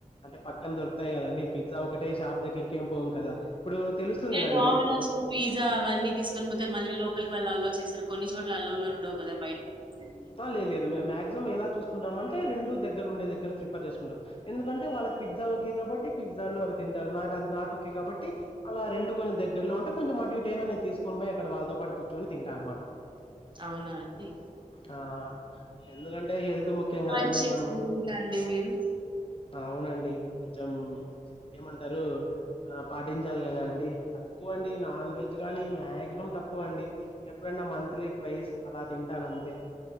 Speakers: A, on the left (about 40°); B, on the right (about 35°).
A: అంటే పక్కన దొరుకుతాయి కదండి పిజ్జ ఒకే షాప్ దగ్గరికేం పోము కదా ఇప్పుడు తెలుస్తుంది
B: ఏ
A: కదండి
B: డామినోస్
A: ఆ
B: పిజా అన్నీ తీసుకొని పోతే మళ్ళీ లోపలికి వాళ్ళు అలో చేశారు కొన్ని చోట్ల అల్లోలు ఉండవు కదా బయట ఫుడ్ అని
A: <unintelligible> లేదు మేం మాక్సిమ్ ఎలా చూసుకుంటాం అంటే రెండు దగ్గర ఉండే దగ్గర ప్రిఫర్ చేసుకుంటాం ఎందుకంటే వాళ్ళకి పిజ్జా ఓకె కాబట్టి పిజ్జా అవి తింటార్ నాకు అది నాట్ ఒకే కాబట్టి అలా రెండు కొెంచెం దగ్గరలో ఉంటే కొెంచెం అటు ఇటు అయినా నేను తీసుకొని పోయి అక్కడ వాళ్ళతో పాటు కూర్చొని తింటా అనమాట
B: అవునా అండి
A: ఆ ఎందుకంటే హెల్త్ ముఖ్యం కదండి
B: మంచి చేసి
A: మనం
B: అనుకుంటా అండి మీరు
A: అవునండి కొంచెం ఏమంటారు పాటించాలి కదా అండి తక్కువ నండి నాన్ వెజ్ కానీ మాక్సిమం తక్కువ అండి ఎప్పుడన్నా మంత్లీ ట్వైస్ అలా తింటాను అంతే